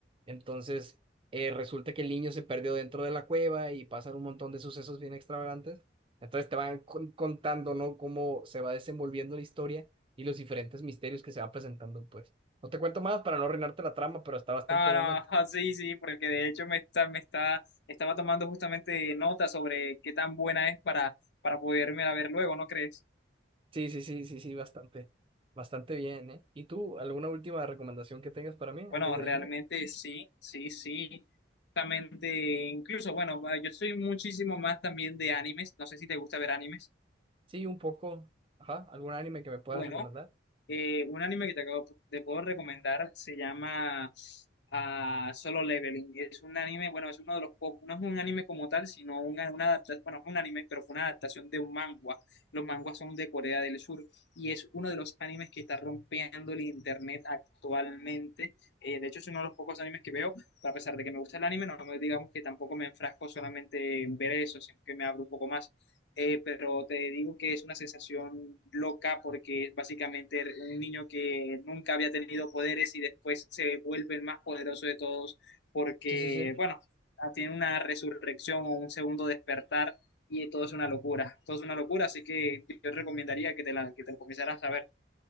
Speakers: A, on the right; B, on the left.
A: Entonces, eh, resulta que el niño se perdió dentro de la cueva y pasan un montón de sucesos bien extravagantes. Entonces te van con- contando, ¿no? Cómo se va desenvolviendo la historia y los diferentes misterios que se va presentando, pues. No te cuento más para no arruinarte la trama, pero está bastante
B: No,
A: buena.
B: no, <laughs> ah, sí, sí, porque de hecho me está, me está, estaba tomando justamente nota sobre qué tan buena es para, para poderme la ver luego, ¿no crees?
A: Sí, sí, sí, sí, sí, bastante. Bastante bien, ¿eh? ¿Y tú, alguna última recomendación que tengas para mí
B: Bueno,
A: antes de
B: realmente
A: irme?
B: sí, sí, sí. Justamente, incluso, bueno, yo soy muchísimo más también de animes, no sé si te gusta ver animes.
A: Sí, un poco. Ajá, ¿algún anime que me puedas
B: Bueno,
A: recomendar?
B: Eh, un anime que te acabo de puedo recomendar se llama ah, Solo Leveling. Es un anime, bueno, es uno de los pocos, no es un anime como tal, sino una, una adaptación, bueno, no es un anime, pero fue una adaptación de un manga. Los manguas son de Corea del Sur y es uno de los animes que está rompiendo el internet actualmente. Eh, de hecho, es uno de los pocos animes que veo, pero a pesar de que me gusta el anime, no me digamos que tampoco me enfrasco solamente en ver eso, sino que me abro un poco más eh, pero te digo que es una sensación loca porque es básicamente un niño que nunca había tenido poderes y después se vuelve el más poderoso de todos porque,
A: Sí, sí, sí.
B: bueno, ah, tiene una resurrección o un segundo despertar y todo es una locura, todo es una locura, así que yo recomendaría que te la, que te la comenzaras a ver.